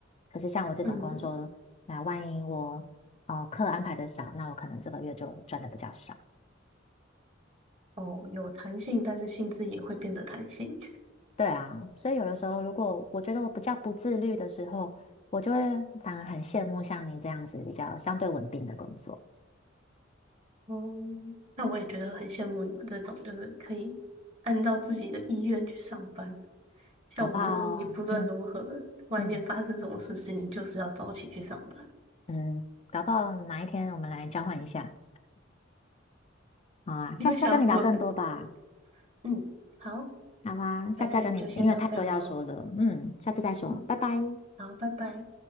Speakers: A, on the left; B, on the right.
A: 可是像我这种工作，
B: 嗯，
A: 那万一我哦课安排的少，那我可能这个月就赚的比较少。
B: 哦，有弹性，但是性质也会变得弹性。
A: 对啊，所以有的时候，如果我觉得我比较不自律的时候，我就会反而很羡慕像你这样子比较相对稳定的工作，
B: 哦，那我也觉得很羡慕你们这种，就是可以按照自己的意愿去上班。像我们就是，
A: 搞不好，
B: 你不论如何，
A: 嗯
B: 外面发生什么事情，
A: 嗯
B: 你就是要早起去上班。
A: 嗯，搞不好哪一天我们来交换一下，好啊，
B: 你会想要过这种？
A: 下次再跟你聊更多吧。
B: 嗯，好，
A: 好啊，下次再跟你，
B: 那今天就先到这样咯。
A: 因为太多要说了，嗯，下次再说，
B: 嗯，
A: 拜拜。
B: 好，拜拜。